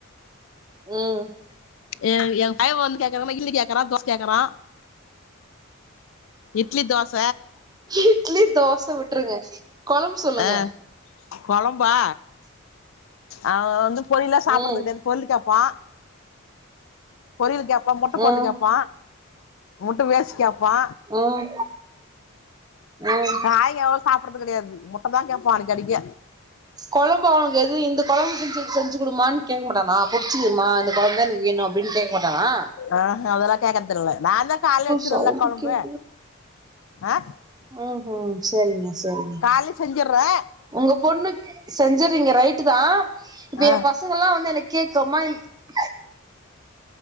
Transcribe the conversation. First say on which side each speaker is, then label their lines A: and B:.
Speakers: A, on the right (about 20°); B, on the left (about 65°).
A: ம்
B: எ எ பைய வந்து கேக்குறாமா இல்லி கேக்குறா தோச கேக்குறா இட்லி தோச
A: இட்லி தோச விட்ருங்க கொழம்பு சொல்லுங்க
B: ஆ கொழம்பா அவ வந்து பொரிய்லா சாப்புட்றது
A: ம்
B: கெடையாது பொரிய்லு கேப்பா பொரியல் கேப்பா முட்ட பொரிய்லு
A: ம்
B: கேப்பா முட்ட வேஷ் கேப்பா
A: ம் ம்
B: காய் அவள சாப்புட்றது கெடையாது முட்ட தா கேப்பா அடிக்கடிக்க
A: கொழம்பு அவனுக்கு எது இந்த கொழம்பு செஞ்சு செஞ்சி குடும்மான் கேட்கமட்டானா புடிச்சிதுமா இந்த கொழம்பு தா எனக்கு வேணு அப்டின்னு கேக்க கேட்டானா
B: ஆ ஹ அதெல்லா கேக்கற்து இல்ல நா தா கால்லே வெச்சிருவல்ல
A: சவுண்டு
B: கொழம்பு
A: கேக்கு
B: ஆ
A: ம்ஹும் சரிங்க சரிங்க
B: கால்லே செஞ்சுட்றே
A: உங்க பொண்ணுக்கு செஞ்சுறீங்க ரைட் ட்டுதா இப்ப
B: ஆ
A: எ பசங்கலா வந்து என்ன கேக்கு அம்மா எனக்